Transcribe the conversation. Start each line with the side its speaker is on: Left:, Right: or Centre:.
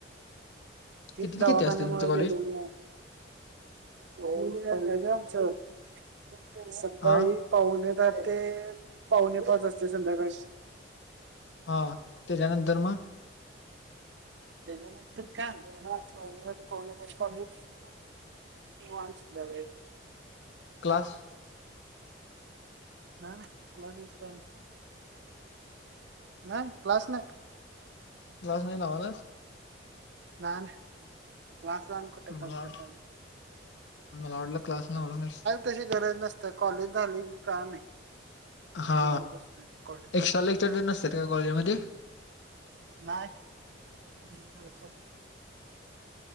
Right: तेच
Left: किती ते
Right: दवाखान्यामुळ
Left: किती असते तुमचं कॉलेज?
Right: घडलं नाय दवाखाना आहे ना आमचा सकाळी
Left: हा
Right: पावणे तर ते पावणे पाच वाजते संध्याकाळी
Left: हा तेच्यानंतर मग
Right: त्याच्यानंतर काय मग फोनवर कॉल येतोय ना ती पण शिकलेलोय
Left: क्लास
Right: नाय नाय क्लास बीस काय नाय नाही क्लास नाही
Left: क्लास नाही लावायला
Right: नाय क्लास ला आणि कुट जात
Left: मला वाट
Right: बसायचं
Left: मला वाटलं क्लास लावणार आहेस
Right: तशी गरज कॉलेज झाली की काय नाही
Left: हा
Right: निवांत असतोय कॉलेजला
Left: एक्स्ट्रा
Right: मग.
Left: लेक्चर दे नसतात का कॉलेज मध्ये
Right: नाहीय वि